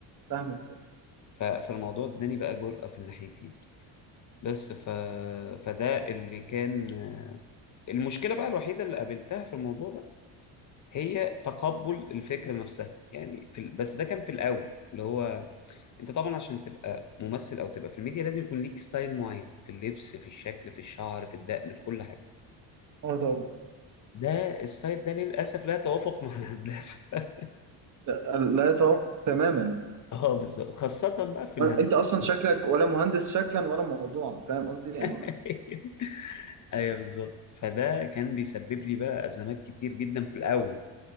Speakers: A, on the right (about 40°); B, on the left (about 40°).
A: فاهمك طبعا
B: ف- فالموضوع اداني بقى جرأة في الناحيتين بس ف... فده اللي كان المشكلة بقى الوحيدة اللي قابلتها في الموضوع ده هي تقبل الفكرة نفسها يعني في ال... بس ده كان في الأول اللي هو انت طبعا عشان تبقى ممثل او تبقى في الميديا لازم يكون ليك ستايل معين في اللبس في الشكل في الشعر في الدقن في كل حاجة
A: اه طبعا
B: ده الستايل ده للأسف لا يتوافق مع الهندسة <laughs>
A: لا, لا يتوافق تماما
B: اه بالظبط خاصة بقى في الهندسة
A: انت اصلا شكلك ولا مهندس شكلا ولا موضوعا فاهم قصدي يعني
B: <laughs> ايوه بالظبط فده كان بيسبب لي بقى أزمات كتير جدا في الأول